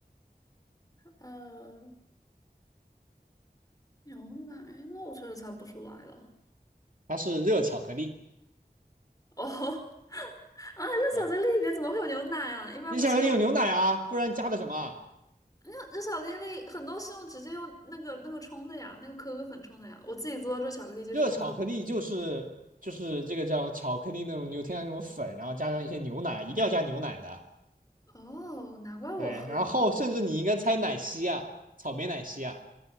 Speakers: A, on the left (about 20°); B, on the right (about 55°).
A: 呃，牛奶，那我确实猜不出来了。
B: 它是热巧克力。
A: 哦，<laughs> 啊，在小力里面怎么会有牛奶啊？
B: 对，
A: 一般不是用。
B: 你巧克力有牛奶啊，不然加的什么啊
A: 那那这小精灵很多是用直接用那个那个冲的呀，那个可可粉冲的呀。我自己做的这巧克力就是用可可
B: 热巧克力就是就是这个叫巧克力那种牛天然那种粉，然后加上一些牛奶，一定要加牛奶的。
A: 哦，难怪我喝的
B: 对，然后甚至你应该猜奶昔啊，草莓奶昔啊。